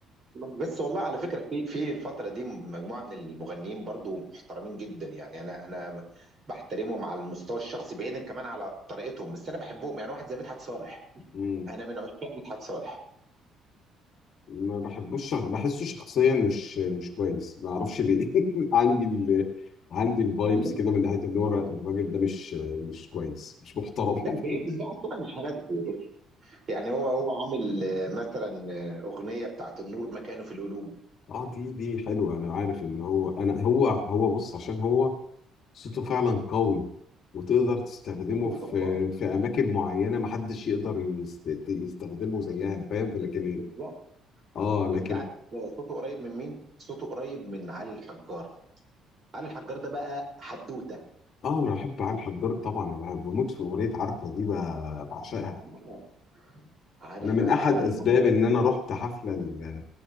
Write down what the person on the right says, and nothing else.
بس والله على فكره في في الفتره دي مجموعه من المغنيين برضو محترمين جدا يعني انا انا بحترمهم على المستوى الشخصي بعيدا كمان على طريقتهم بس انا بحبهم يعني واحد زي مدحت صالح
انا من عشاق مدحت صالح
لا
لا
بعيد بقى الصوره مش هناسبه يعني هو هو عامل آه، مثلا آه، أغنية بتاعت النور مكانه في القلوب
صوته
جبار
جبار.
وانت عارف آه، صوته قريب من مين؟ صوته قريب من علي الحجار علي الحجار ده بقى حدوتة
آه، عارفة
والأغنية
برضه